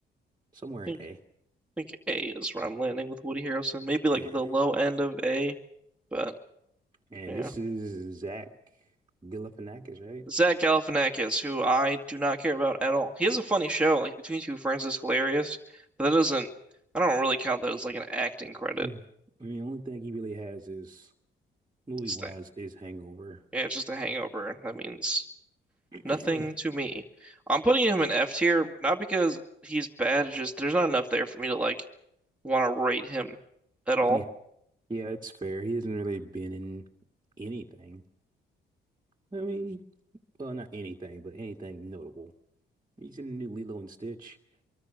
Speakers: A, on the right; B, in the centre.
A: Somewhere
B: I think
A: in A.
B: think A is where I'm landing with Woody Harrelson. Maybe like
A: Yeah.
B: the low end of A, but
A: And
B: yeah.
A: this is Zach Galifianakis, right?
B: Zach Galifianakis, who I do not care about at all. He has a funny show, like Between Two Ferns is hilarious, but that doesn't, I don't really count that as like an acting credit.
A: Mm. I mean, the only thing he really has is movie
B: It's
A: wise
B: the-
A: is Hangover.
B: yeah, it's just a hangover. That means
A: <clears throat>
B: nothing to me. I'm putting him in F tier, not because he's bad, it's just there's not enough there for me to like want to rate him at all.
A: And yeah, yeah, it's fair. He hasn't really been in anything. I mean, well, not anything, but anything notable. He's in the new Lilo and Stitch.